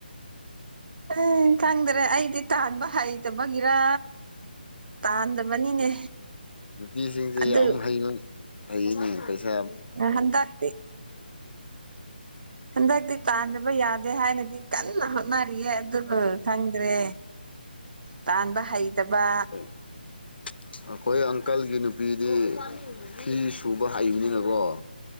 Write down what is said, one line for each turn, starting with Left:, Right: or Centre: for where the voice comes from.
Right: ꯎ ꯈꯪꯗ꯭ꯔꯦ ꯑꯩꯗꯤ ꯇꯥꯟꯕ ꯍꯩꯇꯕꯒꯤꯔ ꯇꯥꯟꯗꯕꯅꯤꯅꯦ
Left: ꯅꯨꯄꯤꯁꯤꯡꯁꯦ
Right: ꯑꯗꯨ
Left: ꯌꯥꯝ ꯍꯩꯩꯕ ꯑꯩꯅ ꯄꯩꯁꯥ
Right: ꯍꯟꯗꯛꯇꯤ ꯍꯟꯗꯛꯇꯤ ꯇꯥꯟꯗꯕ ꯌꯥꯗꯦ ꯍꯥꯏꯅꯗꯤ ꯀꯟꯅ ꯍꯣꯠꯅꯔꯤꯌꯦ ꯑꯗꯨꯕꯨ ꯈꯪꯗ꯭ꯔꯦ ꯇꯥꯟꯕ ꯍꯩꯇꯕ
Left: <inaudible> ꯑꯩꯈꯣꯏ ꯑꯪꯀꯜꯒꯤ ꯅꯨꯄꯤꯗꯤ ꯐꯤ ꯁꯨꯕ ꯍꯩꯕꯅꯤꯅꯀꯣ